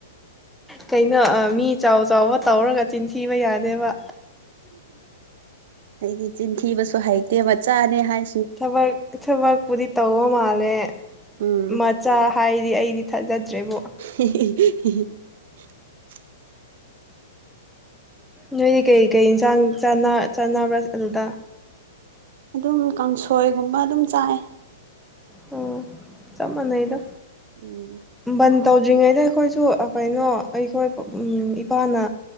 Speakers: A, in the centre; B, on the right.
A: ꯀꯩꯅꯣ ꯃꯤ ꯆꯥꯎ ꯆꯥꯎꯕ ꯇꯧꯔꯒ ꯆꯤꯟꯊꯤꯕ ꯌꯥꯗꯦꯕ
B: ꯑꯩꯗꯤ ꯆꯤꯟꯊꯤꯕꯁꯨ ꯍꯩꯇꯦ ꯃꯆꯥꯅꯦ ꯍꯥꯏ
A: ꯊꯕꯛ ꯊꯕꯛꯄꯨꯗꯤ ꯇꯧꯕ ꯃꯥꯜꯂꯦ
B: ꯎꯝ
A: ꯃꯆꯥ ꯍꯥꯏꯗꯤ ꯑꯩ ꯗꯤ ꯊꯥꯖꯗ꯭ꯔꯦꯕꯣ
B: <inaudible>
A: ꯅꯣꯏꯗꯤ ꯀꯩꯀꯩ ꯏꯟꯁꯥꯡ ꯆꯥꯟꯅꯕ꯭ꯔꯥ ꯑꯗꯨꯗ
B: ꯑꯗꯨꯝ ꯀꯥꯡꯁꯣꯏꯒꯨꯝꯕ ꯑꯗꯨꯝ ꯆꯥꯏ
A: ꯑꯣ ꯆꯞ ꯃꯅꯩꯗ
B: ꯎꯝ
A: ꯕꯟ ꯇꯧꯗ꯭ꯔꯤꯉꯩꯗ ꯑꯩꯈꯣꯏꯁꯨ ꯀꯩꯅꯣ ꯑꯩꯈꯣꯏ ꯏꯄꯥꯅ